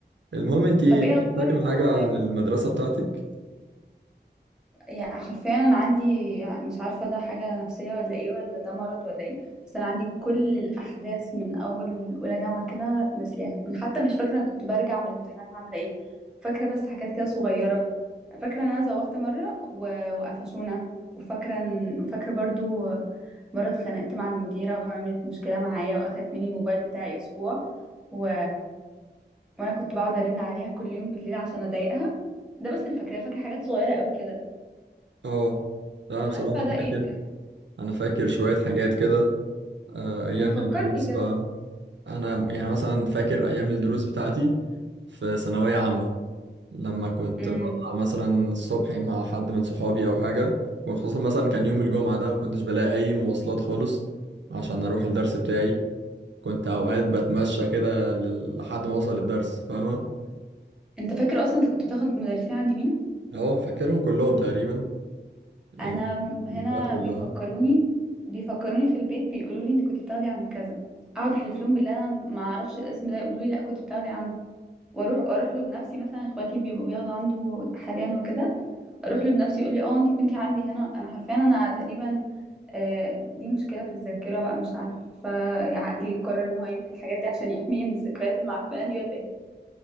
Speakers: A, on the right; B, in the centre.
A: المهم انت ايه
B: طب ايه
A: في-
B: اخبار
A: فاكرة
B: الجامعة
A: حاجة
B: معاك
A: عن المدرسة بتاعتك
B: يعني حرفيا انا عندي مش عارفه ده حاجه نفسيه ولا ايه ولا ده مرض ولا ايه بس انا عندي كل الاحداث من اول اولى جامعه كده ناسياها انا حتى مش فاكره انا كنت برجع من الامتحانات عامله ايه فاكره بس حاجات كده صغيره فاكره ان انا زوغت مره و- وقفشونا وفاكره ان فاكره برضو مره اتخانقت مع المديره وعملت مشكله معايا واخدت مني الموبايل بتاعي اسبوع و... وانا كنت بقعد ارن عليها كل يوم بالليل عشان اضايقها ده بس اللي فاكراه فاكره حاجات صغيره قوي كده
A: اه لا انا
B: مش
A: بصراحة
B: عارفه ده
A: فاكر
B: ايه بجد
A: انا فاكر شوية حاجات كده آه، ايام
B: ما تفكرني
A: الدروس
B: كده
A: بقى انا يعني مثلا فاكر ايام الدروس بتاعتي في ثانوية عامة لما كنت
B: امم
A: بطلع مثلا الصبح مع حد من صحابي او حاجة وخصوصا مثلا كان يوم الجمعة ده ما كنتش بلاقي اي مواصلات خالص عشان اروح الدرس بتاعي كنت اوقات بتمشى كده لل- لحد ما اوصل الدرس فاهمة
B: انت فاكر اصلا انت كنت بتاخد مدرسين عند مين
A: اهو فاكرهم كلهم تقريبا ال-
B: انا هنا
A: المواد كلها
B: بيفكروني بيفكروني في البيت بيقولوا لي انت كنت بتاخدي عند كذا اقعد احلف لهم بالله انا ما اعرفش الاسم ده يقولوا لي لا كنت بتاخدي عنده واروح اروح له بنفسي مثلا اخواتي بيبقوا بياخدوا عنده حاليا وكده اروح له بنفسي يقول لي اه انت كنتي عندي هنا انا حرفيا انا تقريبا آه، دي مشكله في الذاكره بقى مش عارفه عقلي قرر ان هو يمحي الحاجات دي عشان يحميني من الذكريات المعفنه دي ولا ايه